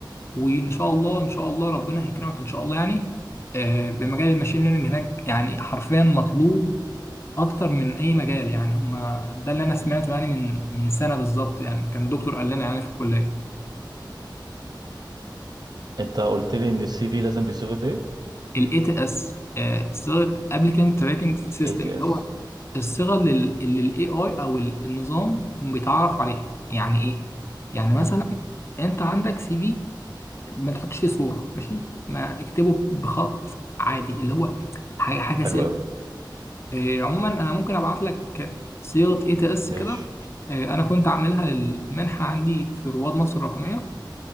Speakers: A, on the left; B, on the right.
A: وان شاء الله ان شاء الله ربنا هيكرمك ان شاء الله يعني آه، بمجال الماشين ليرنينج هناك يعني حرفيا مطلوب اكتر من اي مجال يعني هما ده اللي انا سمعته يعني من من سنه بالظبط يعني كان دكتور قال لنا يعني في الكليه
B: انت قلت لي ان السي في لازم بصيغه ايه؟
A: الاي تي اس صيغه ابلكنت تراكنج سيستم
B: ATS
A: اللي هو الصيغه اللي اللي الاي اي او ال- النظام بيتعرف عليها يعني ايه يعني
B: امم
A: مثلا انت عندك سي في ما تحطش فيه صوره ماشي ما اكتبه بخط عادي اللي هو حاجه حاجه
B: حلو قوي
A: إيه، عموما انا ممكن ابعت لك صيغه اي تي اس
B: ماشي
A: كده إيه، انا كنت عاملها للمنحه عندي في رواد مصر الرقميه